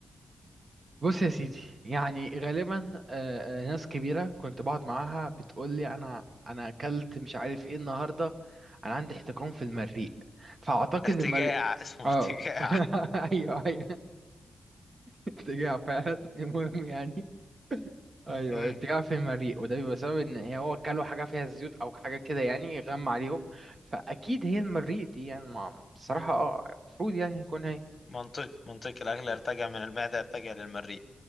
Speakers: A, on the right; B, on the left.
A: بص يا سيدي يعني غالبا آه، آه، ناس كبيرة كنت بقعد معاها بتقول لي أنا أنا أكلت مش عارف إيه النهاردة أنا عندي احتقان في المريء فأعتقد
B: ارتجاع
A: المريء
B: اسمه
A: آه
B: ارتجاع
A: <laughs> أيوه أيوه ارتجاع فعلا المهم يعني أيوه
B: امم
A: ارتجاع في المريء وده بيبقى بسبب إن هي- هو أكلوا حاجة فيها زيوت أو حاجة كده يعني غم عليهم فأكيد هي المريء دي يعني ما- بصراحة آه المفروض يعني يكون هي
B: منطق منطق الاكل يرتجع من المعده يرتجع للمريء